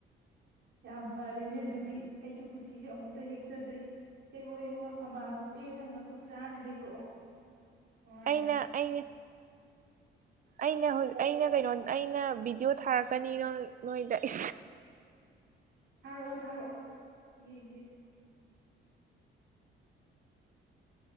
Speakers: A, on the right; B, on the right.
A: ꯌꯥꯝ ꯐꯔꯦꯅꯦ ꯑꯗꯨꯗꯤ ꯑꯩꯁꯨ ꯄꯨꯟꯁꯤꯒꯤ ꯑꯃꯨꯛꯇ ꯍꯦꯛꯆꯗ꯭ꯔꯤ ꯍꯦꯛꯂꯣ ꯍꯦꯛꯂꯣ ꯊꯝꯕꯥꯜꯗꯨ ꯄꯦꯟꯅ ꯅꯈꯨꯠ ꯆꯥꯅ ꯍꯦꯛꯂꯛꯑꯣ ꯅꯨꯡꯉꯥꯏꯅ
B: ꯑꯩꯅ ꯑꯩꯅꯦ ꯑꯩꯅꯦ ꯍꯨ ꯑꯩꯅ ꯀꯩꯅꯣ ꯑꯩꯅ ꯚꯕꯤꯗ꯭ꯌꯣ ꯊꯥꯔꯛꯀꯅꯤ ꯅꯣ ꯅꯣꯢꯗ <inaudible>
A: ꯊꯥꯔꯛꯑꯣ ꯊꯥꯔꯛꯑꯣ ꯌꯦꯡꯒꯦ